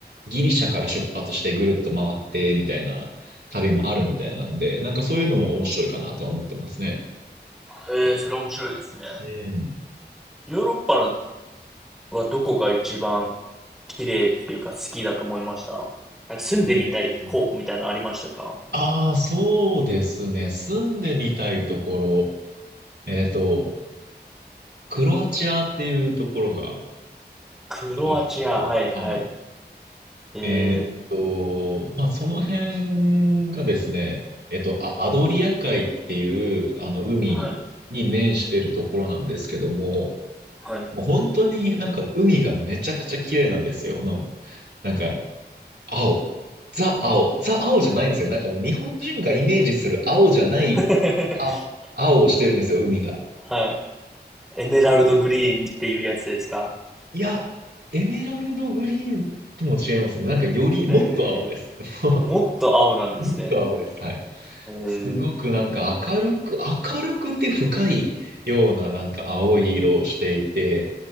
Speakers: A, on the right; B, in the centre.
A: ギリシャから出発してぐるっと回ってみたいな旅もあるみたいなんで、なんかそういうのも面白いかなとは思ってますね。
B: ええ、それ面白いですね。
A: うん
B: ヨーロッパのはどこが一番綺麗っていうか好きだと思いましたなんか住んでみたい候補みたいなのありましたか
A: えー、ああ、そうですね。住んでみたいところ。えっと、クロアチアっていうところが
B: クロアチア、
A: あるんですけど、
B: はいはい。
A: はい。
B: ええ、
A: えーっと、まあ、その辺がですね、えっと、あ、アドリア海っていう、あの、海に面してるところなんですけども、
B: はい、はい。
A: もう本当になんか海がめちゃくちゃ綺麗なんですよ。の、なんか、青。ザ青。ザ青じゃないんですよ。なんかもう日本人がイメージする青じゃない、
B: <laughs>
A: あ、青をしてるんですよ、海が。
B: はい。エメラルドグリーンっていうやつですか。
A: そういや、エメラルドグリーンとも違いますね。なんかより、もっと青です。
B: ええ、
A: <laughs>
B: もっと青なんですね。
A: もっと青です。はい。
B: ええ、
A: すごくなんか明るく、明るくて深いようななんか青い色をしていて、